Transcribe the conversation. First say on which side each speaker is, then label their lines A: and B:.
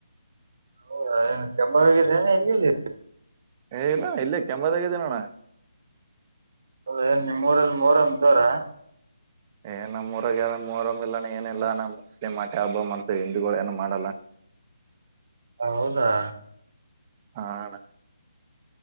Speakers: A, on the right; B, on the right.
A: ಹೌ ಏನು ಕೆಂಬ ಹಾಗಿದ್ದೇನೆ ಎಲ್ಲ
B: ಏ ಇಲ್ಲಾ ಇಲ್ಲ ಕೆಂಬತಗದಿನಣ
A: ಅೌದ ಏನ್ ನಿಮ್ಮೂರಲ್ಲಿ ಮೂರಮ ಜೋರ
B: ಏ ನಮ್ಮ್ರಗೆ ಯಮ್ಮರ ಇಾನ ಏನಿಲ್ಲ ನ ಮುಸ್ಲಿಂ ಆಟಿ ಹಬ್ಬ ಮಾಡ್ತೇವಿ ಹಿಂದೂಗಳ ಏನು ಮಾಡಲ್ಲ <inaudible>
A: ಹೌದಾ
B: ಹಣ